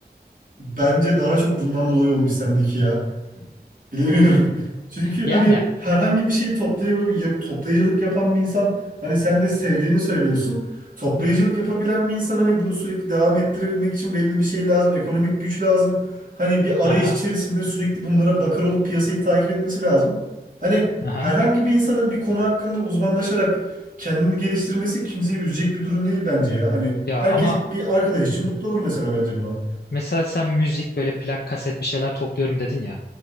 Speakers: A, on the right; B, on the left.
A: Bence daha çok bundan dolayı olmuş sendeki ya. Bilemiyorum. <laughs> Çünkü hani
B: Yani
A: herhangi bir şeyi toplayıp, yap- toplayıcılık yapan bir insan hani sen de sevdiğini söylüyorsun. Toplayıcılık
B: hı hı,
A: yapabilen bir insan hani bunu sürekli devam ettirebilmek için belli bir şey lazım. Ekonomik güç lazım. Hani bir arayış
B: aha
A: içerisinde sürekli bunlara bakar olup piyasayı takip etmesi lazım. Hani
B: aha.
A: herhangi bir insanın bir konu hakkında uzmanlaşarak kendini geliştirmesi kimseyi üzecek bir durum değil bence ya. Hani
B: Ya
A: herkes
B: ama
A: bir arkadaş için mutlu olur mesela bence buna.
B: Mesela sen müzik böyle plak kaset bir şeyler topluyorum dedin ya.